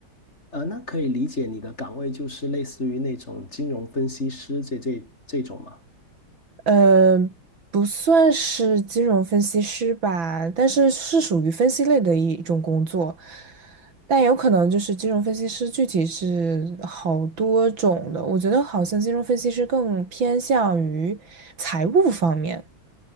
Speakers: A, on the left; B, on the right.
A: 呃，那可以理解你的岗位就是类似于那种金融分析师这这这种吗？
B: 呃，不算是金融分析师吧，但是是属于分析类的一种工作，但有可能就是金融分析师具体是好多种的，我觉得好像金融分析师更偏向于财务方面，